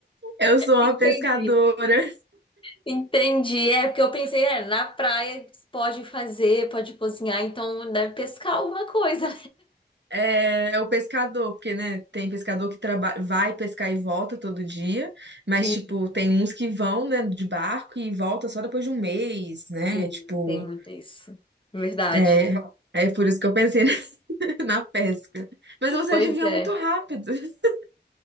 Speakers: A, on the right; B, on the left.
A: eu sou uma
B: Entendi.
A: pescadora.
B: Entendi. É, porque eu pensei, é, na praia pode fazer, pode cozinhar, então deve pescar alguma coisa.
A: É, é o pescador, porque, né, tem pescador que traba- vai pescar e volta todo dia, mas,
B: Sim,
A: tipo, tem uns que vão, né, de barco e volta só depois de um mês,
B: sim,
A: né? Tipo,
B: tem muito isso. Verdade.
A: é, é por isso que eu pensei <laughs> na pesca. Mas você
B: Pois
A: adivinhou
B: é.
A: muito rápido. <laughs>